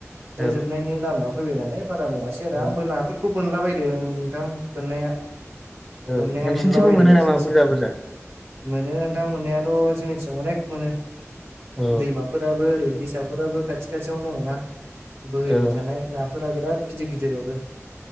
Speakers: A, on the right; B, in the centre.
A: दा
B: औ
A: जोबनायनि लाम फैबाय नालाय बारा मावासै आरो
B: औ
A: आंबो ना फोरखौ मोनोनला बदों नोंथां मोनोननाया
B: औ
A: मोननाया
B: नोंसिनिथिंबो
A: मोनलाबायदों
B: मोनो
A: एसे
B: नामा
A: एसे
B: बुरजा बुरजा
A: मोनो नोंथां मोननायाथ' जोंनिथिं अनेख मोनो
B: औ
A: दैमाफोराबो ओरै दैसाफोराबो खाथि खाथियावनो दङना बोहैबाय
B: औ
A: थानाय ना फुर बिराद गिदिर गिदिर अरो